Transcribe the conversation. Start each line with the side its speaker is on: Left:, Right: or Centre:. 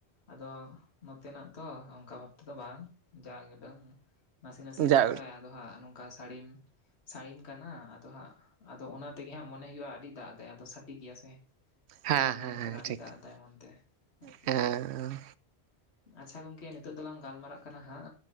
Left: ᱟᱫᱚ ᱱᱚᱛᱮ ᱱᱟᱜ ᱛᱚ ᱚᱱᱠᱟ ᱵᱷᱟᱵ ᱛᱮᱫᱚ ᱵᱟᱝ ᱡᱟ ᱜᱮ ᱰᱟᱹᱝ ᱱᱟᱥᱮ ᱱᱟᱥᱮ
Right: ᱡᱟ
Left: ᱫᱟᱜᱠᱟᱭ ᱟᱫᱚ ᱦᱟ ᱱᱚᱝ ᱚᱱᱠᱟ ᱥᱟᱹᱲᱤᱢ ᱥᱟᱹᱲᱤᱢ ᱠᱟᱱᱟ ᱟᱫᱚ ᱦᱟᱸᱜ ᱟᱫᱚ ᱚᱱᱟ ᱛᱮᱜᱮ ᱦᱟᱸᱜ ᱢᱚᱱᱮ ᱦᱩᱭᱩᱜᱼᱟ ᱟᱹᱰᱤ ᱫᱟᱜ ᱮᱫᱟᱭ ᱟᱫᱚ ᱥᱟᱰᱮ ᱜᱮᱭᱟ ᱥᱮ
Right: ᱦᱮᱸ
Left: ᱟᱫᱚ ᱢᱚᱱᱮ
Right: ᱦᱮᱸ
Left: ᱦᱩᱭᱩᱜ
Right: ᱦᱮᱸ
Left: ᱠᱟᱱᱟ ᱟᱹᱰᱤ
Right: ᱴᱷᱤᱠ
Left: ᱫᱟᱜ
Right: ᱴᱷᱤᱠ
Left: ᱮᱟᱭ ᱢᱚᱱ ᱛᱮ ᱟᱨᱠᱤ
Right: ᱦᱮᱸ
Left: ᱟᱪᱷᱟ ᱜᱚᱝᱠᱮ ᱱᱤᱛᱚᱜ ᱫᱚᱞᱟᱝ ᱜᱟᱞ ᱢᱟᱨᱟᱜ ᱠᱟᱱᱟ ᱦᱟᱸᱜ